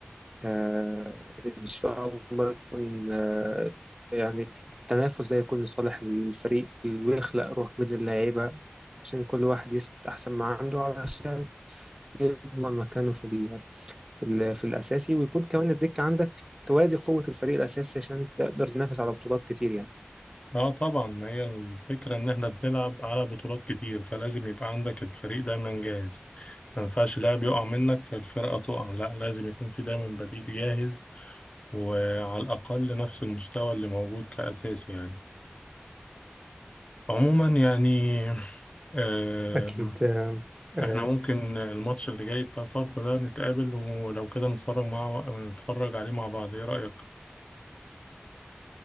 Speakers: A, on the right (about 15°); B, on the left (about 30°).
A: آه، إن شاء الله يكون آه، يعني التنافس ده يكون لصالح الفريق ويخلق روح بين اللعيبة عشان كل واحد يثبت أحسن ما عنده علشان يضمن مكانه في ال في ال في الأساسي ويكون كمان الدكة عندك توازي قوة الفريق الأساسي عشان تقدر تنافس على بطولات كتير يعني
B: اه طبعا ما هي الفكرة ان احنا بنلعب على بطولات كتير فلازم يبقى عندك الفريق دايما جاهز ما ينفعش لاعب يقع منك فالفرقة تقع لا لازم يكون في دايما بديل جاهز وعلى الأقل نفس المستوى اللي موجود كأساسي يعني عموما يعني آه
A: أكيد آه، آه،
B: احنا ممكن الماتش اللي جاي بتاع فاركو ده نتقابل ولو كده نتفرج مع نتفرج عليه مع بعض ايه رأيك؟